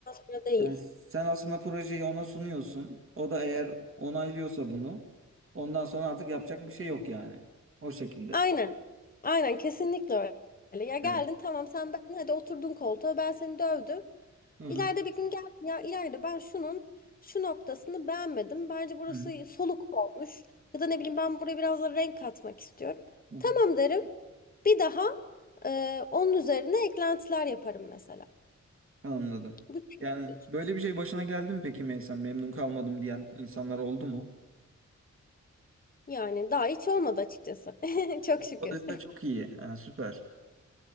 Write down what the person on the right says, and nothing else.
Yani sen aslında projeyi ona sunuyorsun. O da eğer onaylıyorsa bunu, ondan sonra artık yapacak bir şey yok yani. O şekilde.
Evet.
Hı hı.
Hı hı.
Hı hı.
Anladım.
Yani
böyle bir şey başına geldi mi peki Meysen? Memnun kalmadım diyen insanlar oldu mu?
Olursa çok iyi. Ha, süper.